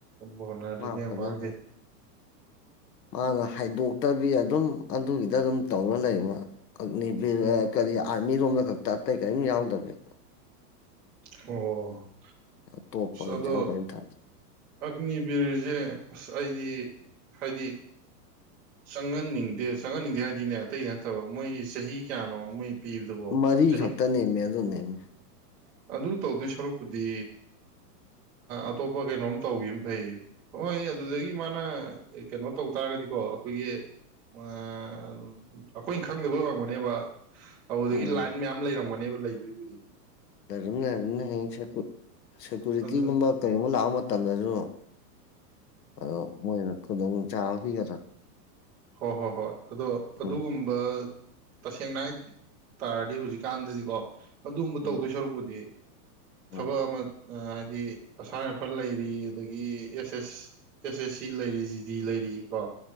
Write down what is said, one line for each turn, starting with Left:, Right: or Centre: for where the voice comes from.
Centre: ꯕꯣꯅꯗꯤꯅꯦ
Left: ꯃꯥ
Centre: ꯌꯥꯝ
Left: ꯐꯖꯅ
Centre: ꯃꯥꯡꯗꯦ
Left: ꯃꯥꯅ ꯍꯥꯏꯗꯣꯛꯇꯕꯤ ꯑꯗꯨꯝ ꯑꯗꯨꯒꯤꯗ ꯑꯗꯨꯝ ꯇꯧꯔ ꯂꯩꯕ ꯑꯒꯅꯤ ꯐꯤꯔ
Centre: ꯎꯝ
Left: ꯀꯔꯤ ꯃꯤꯔꯣꯝꯗ ꯈꯛꯇ ꯑꯇꯩ ꯀꯔꯤꯝ ꯌꯥꯎꯗꯕꯕꯤ
Centre: ꯑꯣ
Left: ꯑꯇꯣꯞꯄ
Centre: ꯑ
Left: ꯑꯦꯛꯖꯥꯝ
Centre: ꯑꯗꯣ
Left: ꯀꯔꯤꯝ ꯊꯥꯗꯦ
Centre: ꯑꯛꯅꯤꯕꯤꯔꯤꯁꯦ ꯑꯁ ꯑꯩꯗꯤ ꯍꯥꯏꯗꯤ ꯆꯪꯍꯟꯅꯤꯡꯗꯦ ꯆꯪꯍꯟꯅꯤꯡꯗꯦ ꯍꯥꯏꯗꯤꯅꯦ ꯑꯇꯩꯒꯤ ꯅꯠꯇꯕ ꯃꯣꯏꯒꯤ ꯆꯍꯤ ꯀꯌꯥꯅꯣ ꯃꯣꯏ ꯄꯤꯕꯗꯕꯣ
Left: ꯃꯔꯤ
Centre: ꯆꯍꯤ
Left: ꯈꯛꯇ ꯅꯦꯝꯃꯦ ꯑꯗꯨ ꯅꯦꯝꯃꯦ
Centre: ꯑꯅꯤ ꯑꯗꯨ ꯇꯧꯗꯣꯏ ꯁꯔꯨꯛꯄꯨꯗꯤ ꯑꯇꯣꯞꯄ ꯀꯩꯅꯣꯝ ꯇꯧꯕꯈꯤꯕ ꯑꯃ ꯐꯩ ꯍꯣꯏ ꯑꯗꯨꯗꯒꯤ ꯃꯥꯅ ꯀꯩꯅꯣ ꯇꯧ ꯇꯥꯔꯒꯗꯤꯀꯣ ꯑꯩꯈꯣꯏꯒꯤ ꯑꯩꯈꯣꯏꯅ ꯈꯪꯗꯕꯩ ꯋꯥꯡꯒꯅꯦꯕ ꯑꯗꯨꯗꯒꯤ
Left: ꯎꯝ
Centre: ꯂꯥꯏꯟ ꯃꯌꯥꯝ ꯂꯩꯔꯝꯒ ꯑꯣꯅꯦꯕ ꯂꯩꯕꯩꯕꯨꯗꯤ
Left: ꯂꯩꯔꯕꯝ ꯂꯩꯔꯕꯝꯅ ꯍꯌꯦꯡ ꯁꯦꯀꯨꯔꯤꯇꯤꯒꯨꯝꯕ
Centre: ꯑꯗꯨ
Left: ꯀꯔꯤꯒꯨꯝꯕ ꯂꯥꯛꯕ ꯃꯇꯝꯗꯁꯨ ꯑꯗꯣ ꯃꯣꯏꯅ ꯈꯨꯗꯣꯡꯆꯥꯥꯕ ꯄꯤꯒꯗ꯭ꯔꯥ
Centre: ꯍꯣ ꯍꯣ ꯍꯣꯏ ꯑꯗꯣ ꯑꯗꯨꯒꯨꯝꯕ
Left: ꯎꯝ
Centre: ꯇꯁꯦꯡꯅ ꯍꯥꯏ ꯇꯥꯔꯗꯤ ꯍꯧꯖꯤꯛꯀꯥꯟꯗꯗꯤꯀꯣ ꯑꯗꯨꯝꯕ
Left: ꯎꯝ
Centre: ꯇꯧꯗꯣꯏ ꯁꯔꯛꯄꯨꯗꯤ ꯍꯦ
Left: ꯎꯝ
Centre: ꯊꯕꯛ ꯑꯃ ꯍꯥꯏꯗꯤ ꯑꯁꯥꯝ ꯔꯥꯏꯐꯜ ꯂꯩꯔꯤ ꯑꯗꯒꯤ ꯑꯦꯁ ꯑꯦꯁ ꯑꯦꯁ ꯑꯦꯁ ꯁꯤ ꯂꯩꯔꯤ ꯖꯤꯗꯤ ꯂꯩꯔꯤ ꯀꯣ